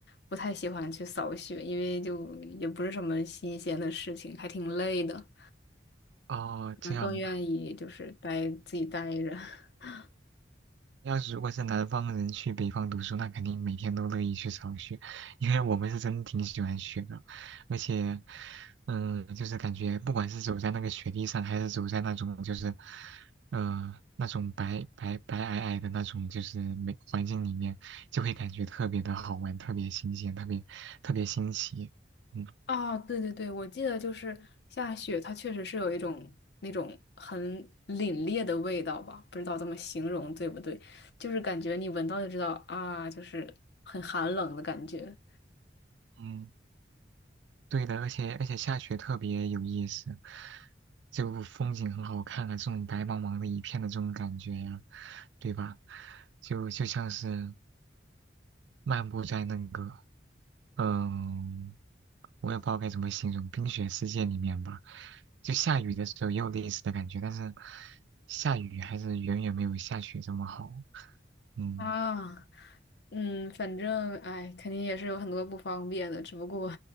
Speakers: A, on the left; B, on the right.
A: 不太喜欢去扫雪，因为就也不是什么新鲜的事情，还挺累的，
B: 哦，
A: 可能更愿意就是待自己待着。
B: 这样，
A: <laughs>
B: 要是如果是南方人去北方读书，那肯定每天都乐意去扫雪，因为我们是真挺喜欢雪的，而且，嗯，就是感觉不管是走在那个雪地上，还是走在那种就是，呃，那种白白白皑皑的那种就是美环境里面，就会感觉特别的好玩，特别新鲜，特别特别新奇。嗯。
A: 啊，对对对，我记得就是下雪，它确实是有一种那种很凛冽的味道吧，不知道怎么形容对不对，就是感觉你闻到就知道啊，就是很寒冷的感觉。
B: 嗯。对的，而且而且下雪特别有意思，就风景很好看啊，这种白茫茫的一片的这种感觉呀、对吧？就就像是漫步在那个，嗯，我也不知道该怎么形容，冰雪世界里面吧。就下雨的时候也有类似的感觉，但是下雨还是远远没有下雪这么好。嗯。
A: 啊，嗯，反正哎，肯定也是有很多不方便的，只不过